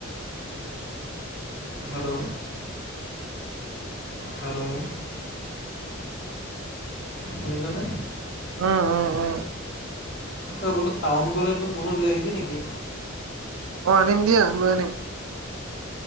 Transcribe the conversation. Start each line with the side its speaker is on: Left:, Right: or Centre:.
Left: হেল্ল' হেল্ল' শুনিছনে
Right: উ উ উ
Left: তই বোলো টাউন গ'লে এডাল মুলোঁ লৈ আহিবি নেকি
Right: অ আনিম দিয়া লৈ আনিম